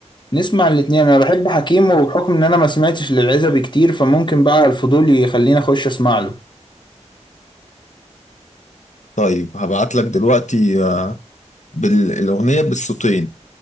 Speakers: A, on the left; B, on the left.
A: نسمع الاتنين انا بحب حكيم وبحكم ان انا ما سمعتش للعزبي كتير فممكن بقى الفضول يخليني اخش اسمع له
B: طيب هبعت لك دلوقتي آه، بالأغنية بالصوتين